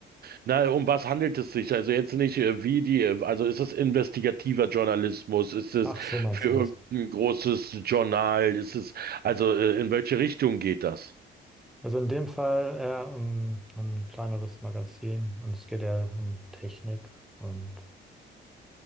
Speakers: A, on the right; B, in the centre.
A: Na, um was handelt es sich? Also jetzt nicht, äh, wie die, äh, also ist es investigativer Journalismus? Ist es
B: Ach, so meinst
A: für
B: du das.
A: irgendein großes Journal? Ist es, also äh, in welche Richtung geht das?
B: Also in dem Fall eher um ein kleineres Magazin und es geht eher um Technik und